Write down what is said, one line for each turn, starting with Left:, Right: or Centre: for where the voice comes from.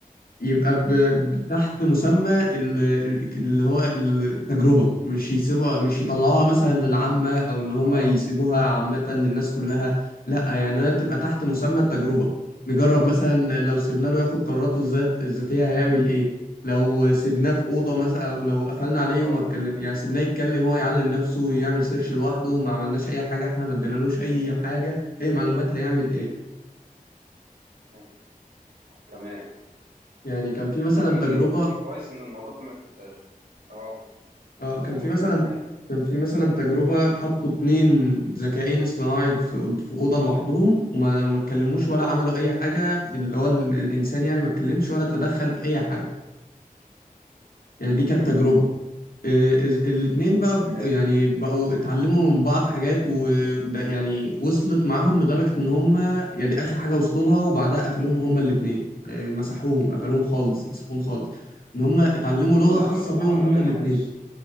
Left: يبقى ب... ب- تحت مسمى ال- ال- اللي هو التجربة مش يسيبوها مش يطلعوها مثلا للعامة أو إن هم
Right: اه
Left: يسيبوها عامة للناس كلها لا يعني هي تبقى تحت مسمى التجربة نجرب
Right: اه
Left: مثلا لو سيبنا له ياخد قراراته الذات الذاتية هيعمل إيه لو سيبناه في أوضة مثلا أو لو قفلنا عليه
Right: اه
Left: وما اتكلم يعني سيبناه يتكلم هو يعلم نفسه يعمل سيرش لوحده وما عملناش أي حاجة إحنا ما ادينالوش أي حاجة أي معلومات هيعمل إيه
Right: مم. تمام
Left: يعني كان في مثلا
Right: جميل
Left: تجربة
Right: يعني كويس ان الموضوع مت... اه
Left: اه كان
Right: قول
Left: في
Right: قول
Left: مثلا
Right: معاك
Left: كان في مثلا تجربة حطوا اتنين ذكاءين اصطناعي في في أوضة لوحدهم وما ما اتكلموش ولا عملوا أي حاجة
Right: مم.
Left: اللي هو ال- الإنسان يعني ما اتكلمش ولا تدخل في أي حاجة يعني دي كانت
Right: مم.
Left: تجربة آه، إز- الاتنين بقى
Right: حلو
Left: يعني بقوا اتعلموا من بعض حاجات وده يعني وصلت معاهم لدرجة إن هما يعني دي آخر حاجة وصلوا لها وبعدها قفلوهم هما الاتنين آه، مسحوهم قفلوهم خالص مسحوهم خالص إن هما اتعلموا لغة
Right: اللي عملوا
Left: خاصة بيهم
Right: عملوا
Left: هما
Right: ايه
Left: الاتنين
Right: معلش